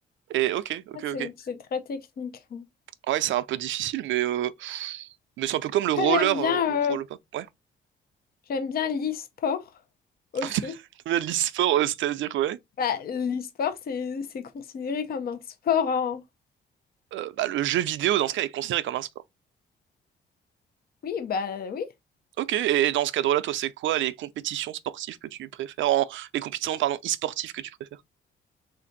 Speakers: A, on the right; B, on the left.
A: Et ok, ok,
B: Ah, C'est
A: ok.
B: c'est très technique. hein.
A: Ouais, c'est un peu difficile, mais euh, mais c'est un peu comme
B: Après,
A: le roller,
B: j'aime bien,
A: euh, on ne roule
B: euh,
A: pas. Ouais.
B: j'aime bien l'e-sport
A: <laughs>
B: aussi.
A: T'aimes de l'e-sport, euh, c'est-à-dire ouais.
B: Bah, l'e-sport, c'est c'est considéré comme un sport. hein.
A: Euh, bah, le jeu vidéo, dans ce cas, est considéré comme un sport.
B: Oui, bah oui.
A: Ok, et dans ce cadre-là, toi, c'est quoi les compétitions sportives que tu préfères? En- Les compétitions, pardon, e-sportives que tu préfères?